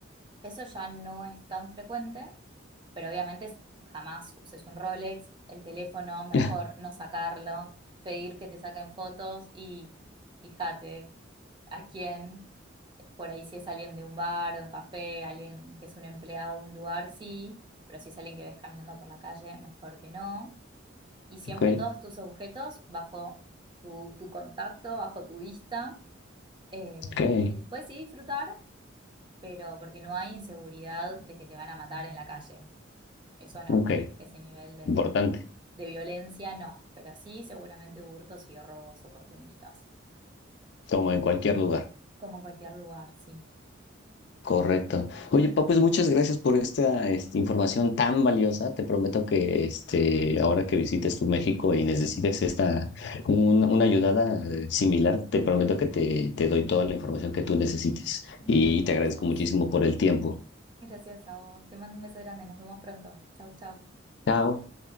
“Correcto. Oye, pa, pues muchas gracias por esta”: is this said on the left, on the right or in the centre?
Left